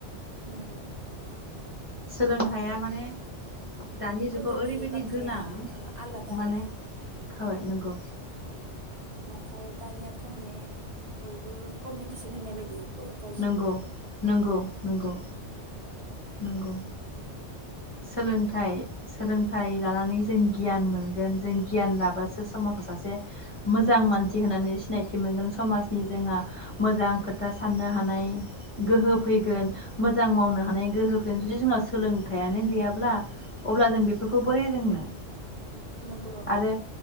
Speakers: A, on the right; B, on the left.
A: नंगौ।
B: सोलोंथाइया माने दानि
A: गोदोनि
B: जुगाव ओरैबायदि
A: बाथ्राया
B: गोनां
A: ओ आलादा आरोना
B: माने हय नंगौ।
A: नाथाय दानियाथ' माने बयबो कम्पिटिसन होननाय बायदि। बयजोंबो
B: नोंगौ नोंगौ नोंगौ नोंगौ सोलोंथाइ सोलोंथाइ लानानै जों गियान मोनगोन जों गियान लाबासो समाजाव सासे मोजां मानसि होननानै सिनायथि मोनगोन समाजनि जोंहा मोजां खोथा साननो हानाय गोहो फैगोन मोजां मावनो हानाय गोहो फैगोन जुदि जोंनाव थायानो गैयाब्ला अब्ला जों बेफोरखौ बोरै रोंनो
A: नंगौ आब'
B: आरो